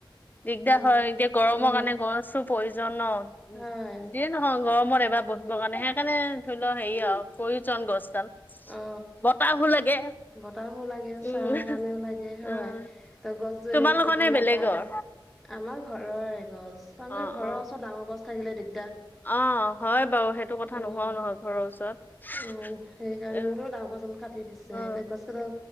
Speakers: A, on the left; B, in the centre.
A: দিগদাৰ
B: সেইকাৰণে
A: হয়, এতিয়া গৰমৰ
B: উম
A: কাৰণে গছও প্ৰয়োজন ন,
B: হয়।
A: অ', গৰমত এবাৰ বহিবৰ কাৰণে, সেইকাৰণে ধৰি লও হেৰি আৰু প্ৰয়োজন গছডাল।
B: অ,
A: বতাহো লাগে
B: বতাহো লাগে,
A: উম
B: চা কাৰণেও লাগে, হয়।
A: উম
B: ত, গছজো,
A: তোমালোকৰ
B: কে কাটিব
A: নে
B: নাপায়
A: বেলেগৰ
B: আমাৰ ঘৰৰ এ, গছ তাৰমানে
A: অ
B: ঘৰৰ
A: অ
B: ওচৰত ডাঙৰ গছ থাকিলে দিক
A: অ, হয় বাৰু, সেইটো কথা
B: অ
A: নোহোৱাও নহয় ঘৰৰ ওচৰত
B: অ' সেইকাৰণে
A: উম
B: বোলো ডাঙৰ ডাল কাটি দিছে,
A: অ
B: এতিয়া গছ, কেইডাল